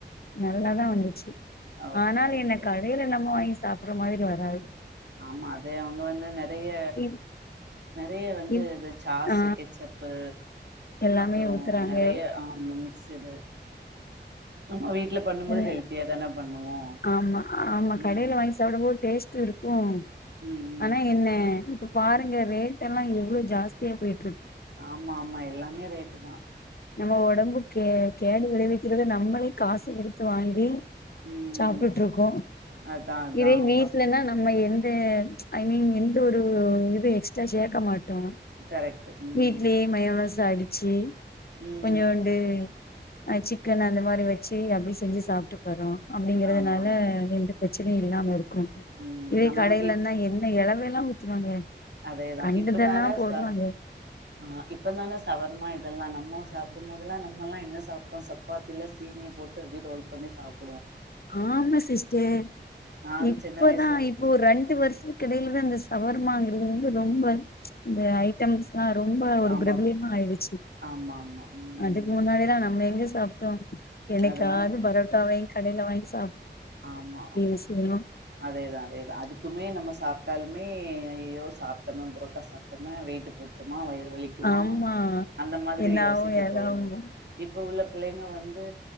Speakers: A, on the left (about 55°); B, on the right (about 65°).
A: நல்லாதான் வந்துச்சு
B: ஓகே
A: ஆனால
B: ஓகே
A: என்ன கடையில நம்ம வாங்கி சாப் ப்புற மாதிரி வராது
B: ஆமா அத் து அவங்க வந்து நெறைய
A: இப்
B: நெறைய வந்து
A: இப்
B: இது சாசு
A: ஆ
B: கெச்சப்பு
A: எல்லாமே
B: அப்புறம்
A: ஊத்துறாங்க
B: நெறைய ஆ மும்மி சிடு நம்ம வீட்ல பண்ணும் போது
A: இல்ல
B: ஹெல்த்தியா தான பண்ணுவோ
A: ஆமா ஆமா
B: ம்
A: கடையில வாங்கி சாப்டும் போது டேஸ்ட் திருப்பும்
B: ம்
A: ஆனா
B: ம்
A: என்ன <unintelligible> பாருங்க ரேட் எல்லாம் எவ்வளோ ஜாஸ்தியா போயிட்
B: ஆமா ஆமா எல்லாமே ரேட்டு தான்
A: நம்ம ஒடம் பு கே கேடு விளைவிக் க்கிறத நம்மளே காசு குடுத்து வாங்கி
B: ம்
A: சாப்புட்ருக்கோம்
B: அதா அதா
A: இதே வீட்டுலன்னா
B: பாக்கணு
A: நம்ம என் தே ஐ மீன் எந்த ஒரு இது எக்ஸ்ட்ரா சேக்க மாட் ட்டோ
B: கரெக்ட் ம்
A: வீட்லேயே மையோனிஸ் அடிச் சேரி
B: ம்
A: கொஞ்சோண்டு அ சிக்கன் அந்த மாதிரி வச்சு சி அப்பிடி செஞ்சு சாப்பிட்டு போறம் அப்படிங்கிறதுனால
B: ஆமா ஆமா
A: ரெண்டு பிரச்சனையே இல்லாம இருக்கு <unintelligible>
B: ம்
A: இதே
B: நம்ம
A: கடையிலன்னா என்ன எளவெல்லா லாம் ஊத்துவாங்க
B: அதே தான
A: கண்டதெல்லா
B: இப்ப தானே
A: போடுவாங்க
B: ச ஆஹ் இப்ப தானே சவர்மா இதெல்லாம் நம்மோ சாப்பிடும்போதல்லாம் நம்மல்லாம் என்ன சாப்பிட்டோம் சப்பாத்தியில சீனிய போட்டு ரோல் பண்ணி சாப்பிடோம்
A: ஆமா சிஸ்டர்
B: நான்
A: இப்பதான்
B: சின்ன வயசுல இருக்கைல
A: இப்போ ரெண்டு வருஷம் கடையில தா அந்த சவர்மாங்கிறது வந்து ரொம்ப ச் இந்த ஐட்டம்ஸ் ரொம்ப ஒரு
B: ஆமா
A: பிரபலியமா ஆயிடுச்சு
B: ஆமா ஆமா ம்
A: அதுக்கு முன்னாடிே தான் நம்ம எங்க சாப்டோ என்னக்காது
B: அதெல்லா
A: பரோட்டாவை இங்க வாங்கி
B: ஆமா
A: விஷயோ
B: அதேதான் அதேதான் அதுக்குமே நம்ம சாப் சாப்ட்டாலுமே ஐயயோ சாப்பிட்டோமே புரோட்டா சாப்பிட்டோமே வெயிட்டு போட்டுருமா வயிறு வலிக்குமா
A: ஆமா
B: அந்த மாதிரி
A: என்னாவு
B: யோசிக்க
A: ஏதாவு
B: தோணுது இப்ப உள்ள பிள்ளைங்க வந்து